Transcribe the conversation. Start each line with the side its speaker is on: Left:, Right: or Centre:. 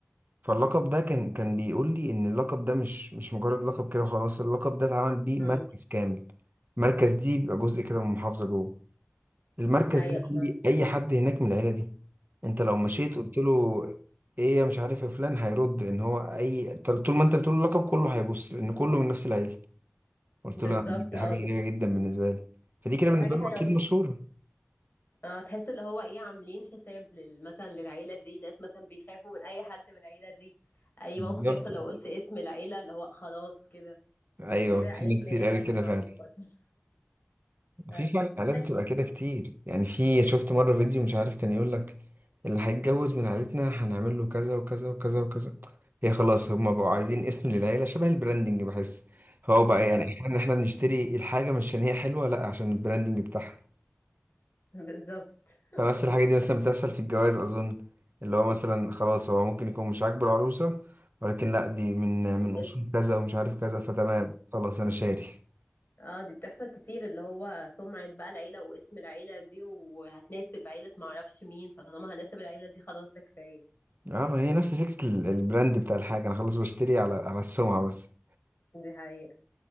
Right: فاللقب ده كان كان بيقول لي ان اللقب ده مش مش مجرد لقب كده وخلاص اللقب ده اتعمل بيه
Left: امم
Right: مركز كامل المركز دي بيبقى جزء كده من محافظه جوه المركز
Left: ايوه
Right: ده يقول
Left: فاهمة.
Right: لي اي حد هناك من العيله دي انت لو مشيت قلت له ايه يا مش عارف يا فلان هيرد ان هو اي طول ما انت بتقول له لقب كله هيبص لان كله من نفس العيله قلت
Left: بالظبط
Right: له دي
Left: اه
Right: حاجة غريبة جدا بالنسبة لي فدي كده بالنسبة
Left: حاجة حلوة
Right: له أكيد مشهورة
Left: اه تحس اللي هو ايه عاملين حساب لل- مثلا للعيلة دي ناس مثلا بيخافوا من اي حد من العيلة دي اي
Right: بالظبط
Left: موقف يحصل لو قلت اسم العيلة اللي هو خلاص كده
Right: أيوه
Left: غير العائلات
Right: في ناس
Left: اللي
Right: كتير
Left: هي اللي
Right: قوي
Left: مش
Right: كده
Left: معروفة
Right: فعلا
Left: <laughs>
Right: وفي
Left: بس
Right: فعلا حالات
Left: بحب
Right: بتبقى كده كتير يعني في شفت مرة فيديو مش عارف كان يقول لك اللي هيتجوز من عيلتنا هنعمل له كذا وكذا وكذا وكذا هي خلاص هما بقوا عايزين اسم للعيلة شبه البراندنج بحس هو بقى يعني
Left: اه
Right: احنا احنا بنشتري الحاجة مش عشان هي حلوة لا عشان البراندنج بتاعها
Left: بالظبط
Right: فنفس الحاجة دي مثلا بتحصل في الجواز أظن اللي هو مثلا خلاص هو ممكن يكون مش عاجبه العروسة ولكن لأ دي من من
Left: <laughs> الاسم
Right: أصول كذا ومش عارف كذا فتمام خلاص أنا شاري
Left: اه دي بتحصل كتير اللي هو سمعة بقى العيلة واسم العيلة دي وهتناسب عيلة معرفش مين فطالما هناسب العيلة دي خلاص ده كفاية
Right: اه هي نفس فكرة ال- البراند بتاع الحاجة أنا خلاص بشتري على على السمعة بس
Left: دي حقيقة